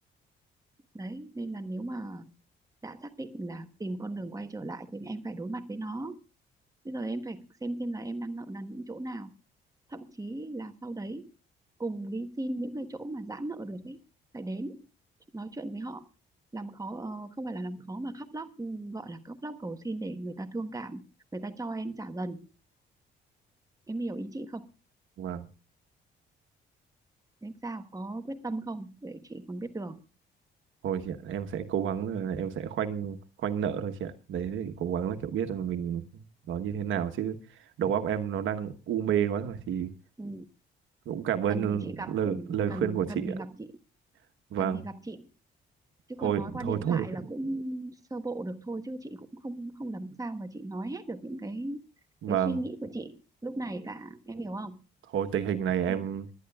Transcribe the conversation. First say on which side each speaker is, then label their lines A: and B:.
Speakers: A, on the right; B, on the right.
A: đấy nên là nếu mà đã xác định là tìm con đường quay trở lại thì em phải đối mặt với nó bây giờ em phải xem xem là em đang nợ nần những chỗ nào thậm chí là sau đấy cùng đi xin những cái chỗ mà giãn nợ được ấy phải đến nói chuyện với họ làm khó ờ, không phải là làm khó mà khóc lóc ừ, gọi là khóc lóc cầu xin để người ta thương cảm người ta cho em trả dần em hiểu ý chị không
B: vâng
A: em sao có quyết tâm không để chị còn biết đường
B: thôi chị ạ em sẽ cố gắng là em sẽ khoanh khoanh nợ thôi chị ạ đấy thì cố gắng là kiểu biết là mình nó như thế nào chứ đầu óc em nó đang u mê quá rồi thì
A: ừ.
B: cũng cảm ơn
A: cần thì chị gặp
B: lời,
A: ừ,
B: lời
A: cần
B: khuyên của chị
A: cần thì
B: ạ
A: gặp chị
B: vâng
A: cần thì gặp chị chứ
B: thôi
A: còn nói qua
B: thôi
A: điện
B: thôi
A: thoại là cũng sơ bộ được thôi chứ chị cũng không không làm sao mà chị nói hết được những cái
B: vâng
A: cái suy nghĩ của chị lúc này cả em hiểu không
B: thôi tình hình này em
A: Vì-